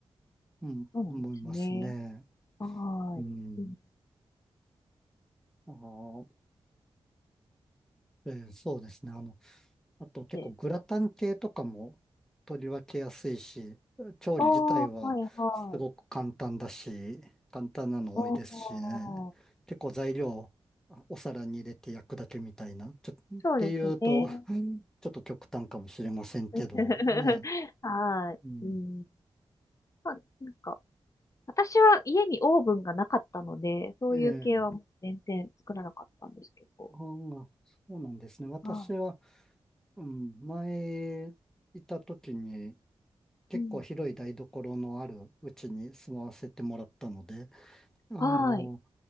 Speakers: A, in the centre; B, on the left.
A: うん、
B: そうなんですね。
A: 思いますね。
B: はい。
A: うん。
B: うん
A: あー、えーそうですね。あの、あと結構グラタン系とかも取り分けやすいし、
B: で、
A: 調理自体はすごく簡単だし、
B: ああ、はい、はい。
A: 簡単なの多いですしね。
B: ああ、
A: 結構材料あお皿に入れて焼くだけみたいな。ちょ、っていうと、
B: そうですね。
A: <laughs> うんちょっと極端かもしれませんけどね。
B: <laughs> はい。
A: うん。
B: うん。まあ、なんか、私は家にオーブンがなかったので、そういう系はもう全然作らなかったんですけど。
A: ええああそうなんですね。私は、
B: は
A: うん、前いた時に、結構広い台所のあるうちに住まわせてもらったので、
B: い。うん。
A: あの、
B: はい。